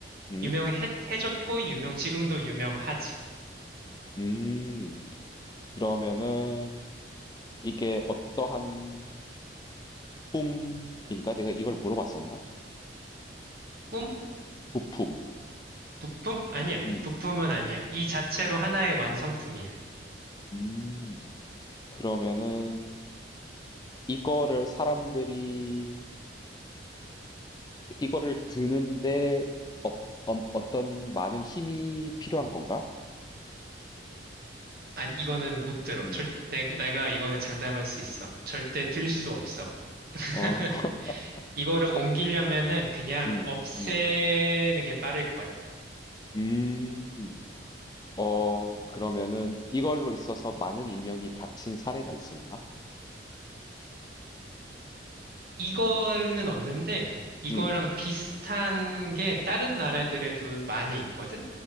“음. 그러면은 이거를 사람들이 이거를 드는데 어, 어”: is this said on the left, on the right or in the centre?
Left